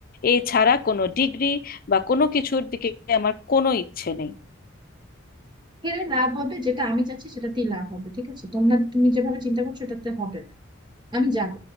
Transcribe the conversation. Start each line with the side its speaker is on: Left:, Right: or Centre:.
Left: এছাড়া কোনো ডিগ্রি বা কোনো কিছুর দিকে আমার কোনো ইচ্ছে নেই
Right: এর লাভ হবে যেটা আমি চাচ্ছি সেটাতেই লাভ হবে ঠিক আছে তোমরা তুমি যেভাবে চিন্তা করছো এটাতে হবে না। আমি যাব